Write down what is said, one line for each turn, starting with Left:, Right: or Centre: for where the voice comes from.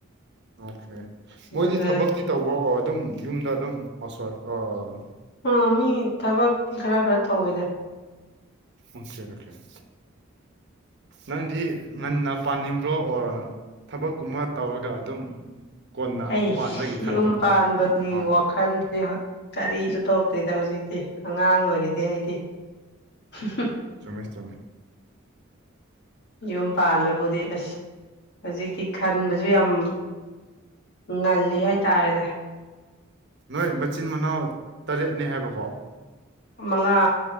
Right: ꯑꯣꯈ‌ꯦ
Left: ꯑꯗꯨꯒ
Right: ꯃꯣꯏꯗꯤ ꯊꯕꯛꯇꯤ ꯇꯧꯕ꯭ꯔꯣ ꯑꯣ ꯑꯗꯨꯝ ꯌꯨꯝꯗ ꯑꯗꯨꯝ ꯍꯥꯎꯁ ꯋꯥꯏꯐ ꯑꯣ
Left: ꯑꯣ ꯃꯤ ꯊꯕꯛꯇꯤ ꯈꯔ ꯈꯔ ꯇꯧꯋꯤꯗ
Right: ꯑꯣꯈ‌ꯦ ꯑꯣꯈ‌ꯦ ꯅꯪꯗꯤ ꯉꯟꯅ ꯄꯥꯅꯤꯡꯕ꯭ꯔꯣ ꯑꯣꯔ ꯊꯕꯛꯀꯨꯝꯕ ꯇꯧꯔꯒ ꯑꯗꯨꯝ ꯀꯣꯟꯅ
Left: ꯍꯩꯁ
Right: ꯄꯥꯟꯕꯒꯤ ꯈꯟꯕ꯭ꯔꯣ
Left: ꯌꯨꯝ ꯄꯥꯟꯕ
Right: ꯅꯪ
Left: ꯒꯤ
Right: ꯑꯥ
Left: ꯋꯥꯈꯟꯖ‌ꯦ ꯍ ꯀꯔꯤꯁꯨ ꯊ‌ꯣꯛꯇꯦꯗ ꯍꯧꯖꯤꯛꯇꯤ ꯑꯉꯥꯡ ꯑꯣꯏꯔꯤꯗ‌ꯦ ꯑꯩꯗꯤ <unintelligible>
Right: ꯆꯨꯝꯃꯦ ꯆꯨꯝꯃꯦ
Left: ꯌꯨꯝ ꯄꯥꯟꯕꯕꯨꯗꯤ ꯑꯁ ꯍꯖꯤꯛꯇꯤ ꯈꯟꯕꯖꯨ ꯌꯝ ꯉꯜꯂꯤ ꯍꯥꯏꯇꯥꯔꯦꯅꯦ
Right: ꯅꯣꯏ ꯃꯆꯤꯟ ꯃꯅꯥꯎ ꯇꯔꯦꯠꯅꯦ ꯍꯥꯏꯕꯀꯣ
Left: ꯃꯉꯥ